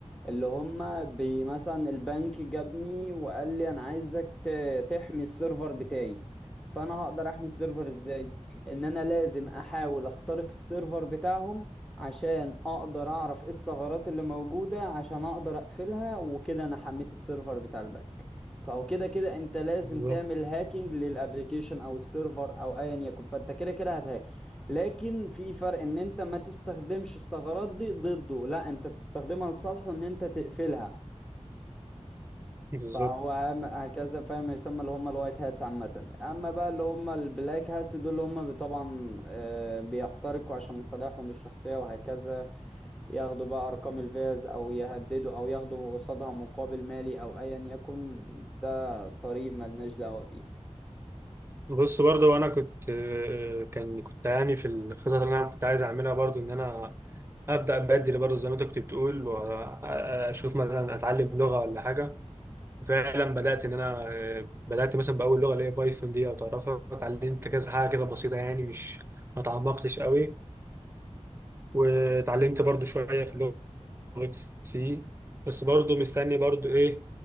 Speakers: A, in the centre; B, on the right.
A: اللي هم بي- مثلا البنك جابني وقال لي انا عايزك ت- تحمي السيرفر بتاعي فانا هقدر احمي السيرفر ازاي ان انا لازم احاول اخترق السيرفر بتاعهم عشان اقدر اعرف ايه الثغرات اللي موجودة عشان اقدر اقفلها وكده انا حميت السيرفر بتاع البنك فهو كده كده انت لازم
B: بالظبط
A: تعمل هاكينج للابليكيشن او السيرفر او ايا يكن فانت كده كده هتهاك لكن في فرق ان انت ما تستخدمش الثغرات دي ضده لا انت بتستخدمها لصالحه ان انت تقفلها
B: بالظبط
A: فهو هم- هكذا فاهم يسمى اللي هم الوايت هاتس عامة اما بقى اللي هم البلاك هاتس دول اللي هم طبعا آه، بيخترقوا عشان مصالحهم الشخصية وهكذا ياخدوا بقى ارقام الفيز او يهددوا او ياخدوا قصادها مقابل مالي او ايا يكن ده طريق ملناش دعوة بيه
B: بص برضو انا كنت آه، كان كنت يعني في الخطط اللي انا كنت عايز اعملها برضو ان انا ابدا بدري برضو زي ما انت كنت بتقول واشوف مثلا اتعلم لغه ولا حاجه فعلا بدات ان انا آه، بدات مثلا باول لغه اللي هي بايثون دي او تعرفها اتعلمت كذا حاجه كده بسيطه يعني مش ما تعمقتش قوي واتعلمت برضو شويه في لغه سي بس برضو مستني برضو ايه